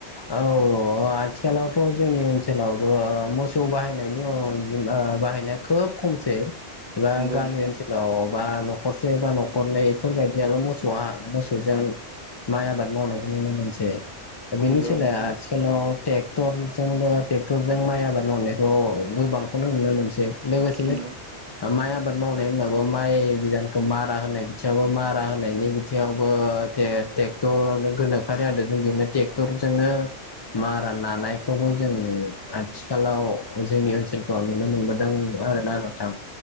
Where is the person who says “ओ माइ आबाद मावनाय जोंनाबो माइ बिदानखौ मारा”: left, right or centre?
Left